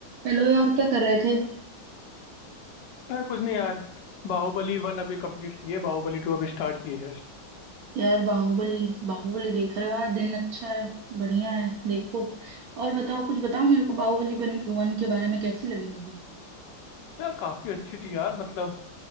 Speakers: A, on the right; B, on the left.
A: Hello यार क्या कर रहे थे
B: अरे कुछ नहीं यार बाहुबली वन अभी कंप्लीट की है बाहुबली टू अभी स्टार्ट की है जस्ट
A: यार बाहुबली बाहुबली देख रहे हो यार दिन अच्छा है बढ़िया है देखो और बताओ कुछ बताओ मेरे को बाहुबली बन, वन के बारे में कैसी लगी मूवी
B: यार काफी अच्छी थी यार मतलब